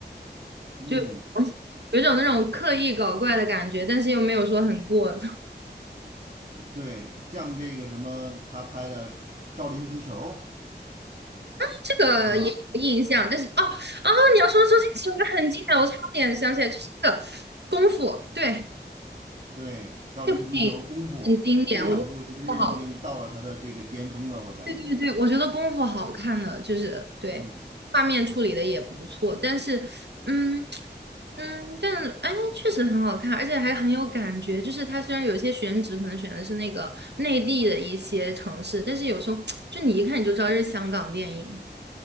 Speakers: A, on the right; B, on the right.
A: 嗯，
B: 就有一种那种刻意搞怪的感觉，但是又没有说很过。<laughs>
A: 对，像这个什么，他拍的《少林足球》，
B: 这个也有印象，
A: 对吧？
B: 但是哦哦，你要说的周星驰，我还很经典，我差点想起来，就是那个功夫，对。
A: 对，少林足球、
B: 这部电影很经典，
A: 功夫这两部其实已经到了他的这个巅峰了，
B: 我觉得不好。
A: 我感觉。
B: 对对对，我觉得功夫好看的就是对画面处理的也不错，
A: 嗯
B: 但是嗯嗯，但哎确实很好看，而且还很有感觉。就是它虽然有些选址可能选的是那个内地的一些城市，但是有时候就你一看你就知道这是香港电影。